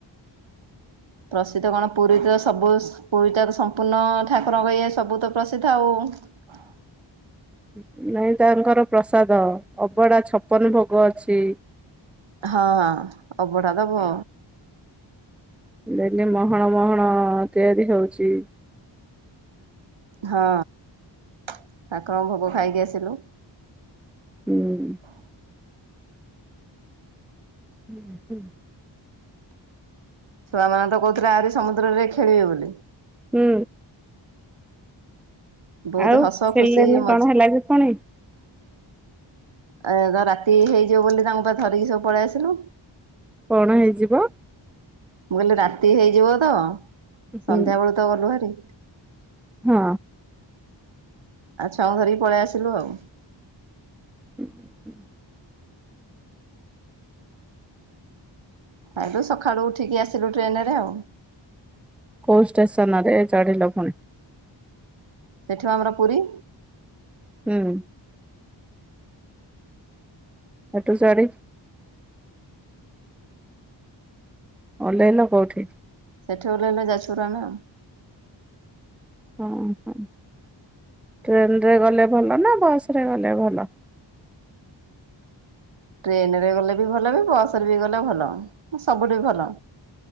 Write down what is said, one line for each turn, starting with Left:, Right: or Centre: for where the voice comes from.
Right: ପ୍ରସିଦ୍ଧ କଣ ପୁରୀ ତ ସବୁ ପୁରୀଟା ସମ୍ପୂର୍ଣ୍ଣ ଠାକୁରଙ୍କ ଇଏ ସବୁ ତ ପ୍ରସିଦ୍ଧ ଆଉ ଉଁ ହୁଁ
Centre: <inaudible> ନାଇଁ ତାଙ୍କର ପ୍ରସାଦ ଅବଢା ଛପନ ଭୋଗ ଅଛି।
Right: ହଁ ଅବଢା ଦବ।
Centre: ଡେଲି ମହଣ ମହଣ ତିଆରି ହଉଚି।
Right: ହଁ ତାଙ୍କର ଭୋଗ ଖାଇକି ଆସିଲୁ।
Centre: ହୁଁ
Right: <inaudible>
Centre: ହୁଁହୁଁ
Right: ଛୁଆମାନେ ତ କହୁଥିଲେ ଆହୁରି ସମୁଦ୍ରରେ ଖେଳିବେ ବୋଲି।
Centre: ହୁଁ,
Right: ବହୁତ
Centre: ଆଉ
Right: ହସ
Centre: ଖେଳିଲେନି
Right: ଖୁସି ମଜା
Centre: କଣ ହେଲା କି ପୁଣି
Right: ଏ ତ ରାତି ହେଇଯିବ ବୋଲି ତାଙ୍କୁପା ଧରିକି ସବୁ ପଳେଇ ଆସିଲୁ।
Centre: କଣ ହେଇଯିବ।
Right: ମୁଁ କହିଲି ରାତି ହେଇଯିବ ତ
Centre: ହୁଁ
Right: ସନ୍ଧ୍ୟା ବେଳୁ ତ ଗଲୁ ଭାରି
Centre: ହଁ,
Right: ଆଉ ଛୁଆଙ୍କୁ ଧରିକି ପଳେଇ ଆସିଲୁ ଆଉ।
Centre: ହୁ ହୁଁ
Right: ଆଠୁ ସକାଳୁ ଉଠିକି ଆସିଲୁ ଟ୍ରେନରେ ଆଉ
Centre: କଉ ଷ୍ଟେସନରେ ଚଢ଼ିଲ ଫୁଣି?
Right: ସେଠୁ ଆମର ପୁରୀ।
Centre: ହୁଁ, ହେଠୁ ସରି ଓହ୍ଲେଇଲ କୋଉଠି?
Right: ସେଠୁ ଓହ୍ଲେଇଲେ ଯାଜପୁର ରୋଡ଼ରେ ଆଉ।
Centre: ହଁ ହୁଁ, ଟ୍ରେନ ରେ ଗଲେ ଭଲ ନା ବସ ରେ ଗଲେ ଭଲ।
Right: ଟ୍ରେନ ରେ ଗଲେ ବି ଭଲ ବି ବସ ରେ ବି ଗଲେ ଭଲ ସବୁଠି ଭଲ।